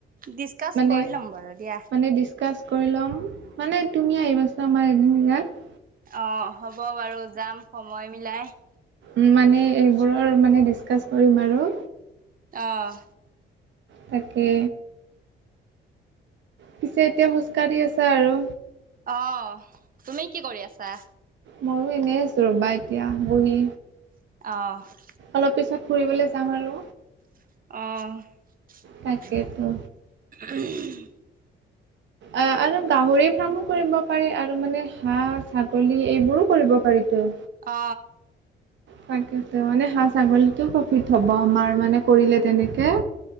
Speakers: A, on the right (about 45°); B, on the right (about 65°).
A: ডিচকাচ
B: মানে
A: কৰি ল'ম বাৰু দিয়া।
B: মানে ডিচকাচ কৰি ল'ম মানে তুমি আহিবাচো আমাৰ এদিন ইয়াত
A: অ হ'ব বাৰু যাম সময় মিলাই।
B: উ মানে এইবোৰৰ মানে ডিচকাচ কৰিম আৰু
A: আহ
B: তাকে পিছে এতিয়া খোজ কাঢ়ি আছা আৰু
A: অ তুমি কি কৰি আছা?
B: মইয়ো এনেই আছোঁ ৰ'বা এতিয়া বহি।
A: অ
B: অলপ পিছত ফুৰিবলৈ যাম আৰু
A: আহ
B: তাকেতো। অ আৰু গাহৰি ফাৰ্মো কৰিব পাৰি আৰু মানে হাঁহ ছাগলী এইবোৰো কৰিব পাৰিতো
A: অ
B: তাকেতো মানে হাঁ ছাগলীতো প্ৰফিট হ'ব আমাৰ মানে কৰিলে তেনেকে